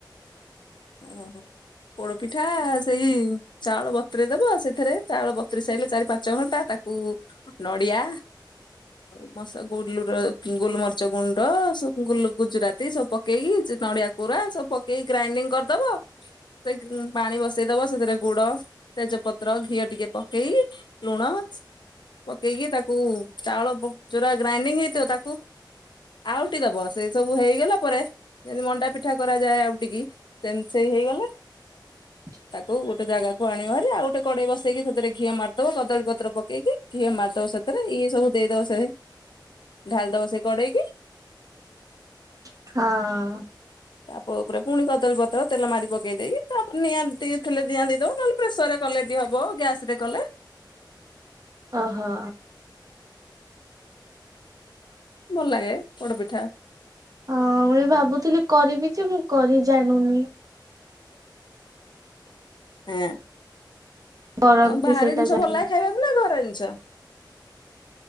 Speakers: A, on the left; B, on the right.
A: ଓହୋ ପୋଡ ପିଠା ସେଇ ଚାଉଳ ବତରେଇ ଦବ। ସେଥିରେ ଚାଉଳ ବତୁରୀ ସାରିଲେ ଚାରି ପାଞ୍ଚ ଘଣ୍ଟା ତାକୁ ନଡ଼ିଆ ଆଉ ମସା ଗୁଲୁର ଗୋଲମରିଚ ଗୁଣ୍ଡ ସବୁ ଗୁଲ ଗୁଜୁରାତି ସବୁ ପକେଇ ସେ ନଡିଆକୁ ପୁର ସବୁ ପକେଇକି ଗ୍ରାଇଣ୍ଡିଙ୍ଗ କରିଦବ। ସେ ପାଣି ବସେଇ ଦବ, ସେଥିରେ ଗୁଡ, ତେଜପତ୍ର, ଘିଅ ଟିକେ ପକେଇ ଲୁଣ ପକେଇକି ତାକୁ ଚାଉଳ ପ ଯୋଉରା ଗ୍ରାଇଣ୍ଡିଙ୍ଗ ହେଇଥିବ ତାକୁ ଆଉଠି ଦବ। ସେଇ ସବୁ ହେଇଗଲା ପରେ ଯେମିତି ମଣ୍ଡା ପିଠା କରାଯାଏ ଆଉ ଟିକି ସେମିତି ସେଇ ହେଇଗଲା।
B: <inaudible>
A: ତାକୁ ଗୋଟେ ଜାଗାକୁ ଆଣିବ ହରି ଆଉ ଗୋଟେ କଡେଇ ବସେଇକି ସେଥିରେ ଘିଅ ମାରିଦବ କଦଳୀ ପତ୍ର ପକେଇକି ଘିଅ ମାରିଦବ ସେଥିରେ। ଇଏ ସବୁ ଦେଇଦବ ସେ ଢାଳି ଦବ ସେ କଡେଇକି।
B: ହଁ।
A: ତାପ ଉପରେ ପୁଣି କଦଳୀ ପତ୍ରର ତେଲ ମାରି ପକେଇ ଦେଇକି ତାପରେ ନିଆଁ ଦେଇ ଥିଲେ ଦ ନିଆଁ ଦେଇଦଉ ନହେଲେ ପ୍ରେସରରେ କଲେ ବି ହବ ଗ୍ୟାସ ରେ କଲେ
B: ଓହୋ।
A: ଭଲ ଲାଗେ ପୋଡ଼ ପିଠା।
B: ହଁ ମୁଁ ବି ଭାବୁଥିଲି କରିବି ଯେ ମୁଁ କରି ଜାଣୁନି।
A: ହଁ
B: କରନ୍ତି
A: ଆଉ ବାହର
B: ସେଇଟା
A: ଜିନିଷ
B: ଜାଣିନି।
A: ଭଲ ଲାଗେ ଖାଇବାକୁ ନା ଘର ଜିନିଷ?